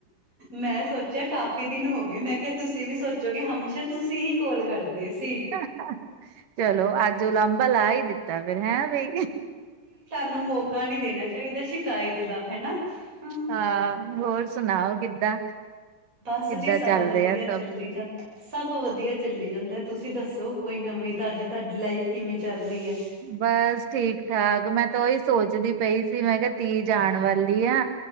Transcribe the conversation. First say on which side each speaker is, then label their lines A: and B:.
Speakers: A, on the right; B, on the right.
A: ਮੈਂ ਸੋਚਿਆ ਕਾਫ਼ੀ ਦਿਨ ਹੋਗੇ। ਮੈਂ ਕਿਹਾ ਤੁਸੀਂ ਵੀ ਸੋਚੋਗੇ, ਹਮੇਸ਼ਾ ਤੁਸੀਂ ਹੀ ਕੋਲ਼ ਕਰਦੇ ਸੀ।
B: ਹਾ-ਹਾ। ਚਲੋ, ਅੱਜ ਉਲਾਂਬਾ ਲਾ ਈ ਦਿੱਤਾ ਫੇਰ ਹੈਂ ਬਈ।
A: ਉਹਨੂੰ ਮੌਕਾ ਨੀ ਦੇਣਾ ਚਾਹੀਦਾ ਸੀ। ਸ਼ਿਕਾਇਤ ਦਾ ਹੈਨਾ। ਅ
B: ਹਾਂ ਹੋਰ ਸੁਣਾਓ ਕਿੱਦਾਂ
A: ਬਸ
B: ਕਿੱਦਾਂ
A: ਜੀ ਸਭ
B: ਚੱਲ
A: ਵਧੀਆ,
B: ਰਿਹਾ ਸਭ?
A: ਚੱਲੀ ਜਾਂਦ ਸਭ ਵਧੀਆ ਚੱਲੀ ਜਾਂਦਾ, ਤੁਸੀਂ ਦੱਸੋ ਕੋਈ ਨਵੀਂ-ਤਾਜ਼ੀ। ਤੁਹਾਡੀ ਲਾਈਫ ਕਿਵੇਂ ਚੱਲ ਰਹੀ ਐ।
B: ਬਸ, ਠੀਕ-ਠਾਕ ਮੈਂ ਤਾਂ ਉਹੀ ਸੋਚਦੀ ਪਈ ਸੀ, ਮੈਂ ਕਿਹਾ ਧੀ ਜਾਣ ਵਾਲੀ ਆ